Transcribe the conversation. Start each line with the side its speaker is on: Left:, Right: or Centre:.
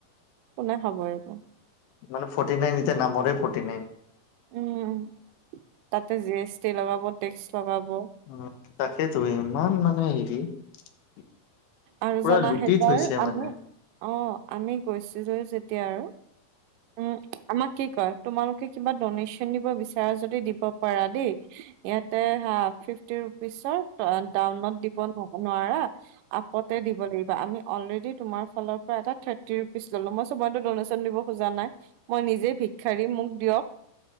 Right: কোনে খাব এটো?
Left: মানে ফৰ্টি নাইন এতিয়া নামৰে ফটি নাইন।
Right: উম, তাতে জি এছ টি লগাব টেক্স লগাব।
Left: অ, তাকেই তো ইমান মানে <unintelligible>
Right: আৰু
Left: পুৰা
Right: জানা
Left: লুটি
Right: সেইবাৰ
Left: থৈছে মানে।
Right: আমি অ', আমি গৈছিলোঁ যেতিয়া আৰু। উম, আমাক কি কয় তোমালোকে কিবা ড'নেশ্যন দিব বিচাৰা যদি দিব পাৰা দেই। ইয়াতে হা, ফিফটি ৰুপিচৰ। তৰন ডাউনত দিব নোৱাৰা আপতে দিব লাগিব। কিবা আমি অলৰেডি তোমাৰ ফানৰ পৰা এটা থাৰ্টি ৰুপিচ ললোঁ, মই কৈছোঁ মইতো দনেচন দিব খোজা নাই, মই নিজে ভিক্ষাৰী মোক দিয়ক।